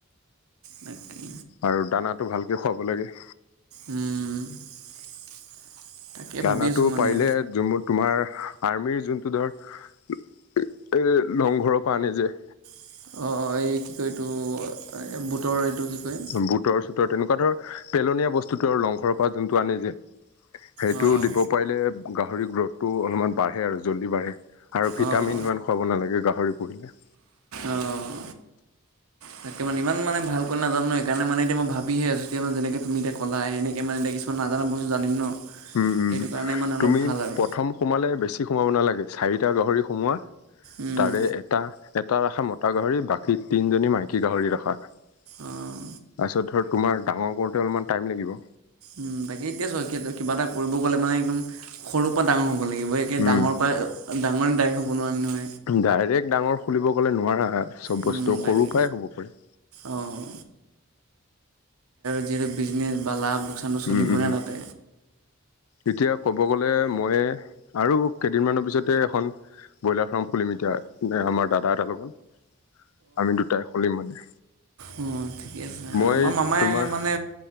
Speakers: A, on the right; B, on the left.
A: তাকে
B: আৰু দানাটো ভালকে খুৱাব লাগে।
A: উম <inaudible> তাকে
B: দানাটো
A: ভাবি আছোঁ মানে
B: পাৰিলে তোমাৰ আৰ্মিৰ যোনটো ধৰ এ লংঘৰৰ পৰা আনে যে
A: <unintelligible> অ এই কি কয় এইটো বুটৰ এইটো কি কয়
B: বুটৰ-চুটৰ তেনেকুৱা ধৰ পেলনীয়া বস্তুটো আৰু লংঘৰৰ পৰা যোনটো আনে যে <unintelligible> সেইটো
A: অঁ
B: দিব পাৰিলে গাহৰি গ্ৰথটো অলপমান বাঢ়ে আৰু জল্দি বাঢ়ে আৰু ভিটামিন
A: অঁ অঁ
B: ইমান খুৱাব নালাগে গাহৰি পুহিলে। <inaudible>
A: অঁ তাকে মে ইমানানে ভালকৈ নাজানো সেইকাৰণে মানে এতিয়া মই ভাবিহে আছো। এতিয়া ম যেনে তুমি এতি কলা এনেক মানে এতিয়া কিছুমান নাজনা বস্তুা জানিম ন।
B: উম উম
A: সেইটো কাৰণে মানে অলপ
B: তুমি
A: ভাল আৰু
B: প্ৰথম সোমালে বেছি সোমাব নালাগে চাৰিটা গাহৰি সোমোৱা
A: উম
B: তাৰে এটা দুটা ৰখা মতা গাহৰি বাকী তিনিজনী মাইকী গাহৰি ৰখা তাৰপিছত
A: অঁ
B: ধৰ তোমাৰ ডাঙৰ কৰোতে অলমান টাইম লাগিব।
A: উম তাকে এতিয়া চ কিবা এটা কৰিব গ'লে মানে একদম সৰুৰ পৰা ডাঙৰ হ'ব লাগিব একে
B: উম
A: ডাঙৰ পৰা। মে দাই হ'বোৱাৰ আমিহয় <inaudible>
B: ডাইৰেক্ট ডাঙৰ খুলিব ক নোৱাৰা চব
A: উম
B: বস্তু
A: তাকে
B: সৰুৰ পৰাই হ'ব পাৰে।
A: অঁ যিহেতু বিজনেছ বা লাভ লোকচানটো চলিবই
B: উম উম
A: না
B: উম
A: তাতে
B: এতিয়া কব গলে মই আৰু কেইদিনমানৰ পিছতে এখন ব্ৰইলাৰ ফাৰ্ম খুলিম এতিয়া ন আমাৰ দাদা এটাৰ লগত আমিত দুটাই খলিম মানে।
A: অ ঠিকে আছে
B: মই
A: আমাৰ মামাই
B: তোমাৰ
A: মানে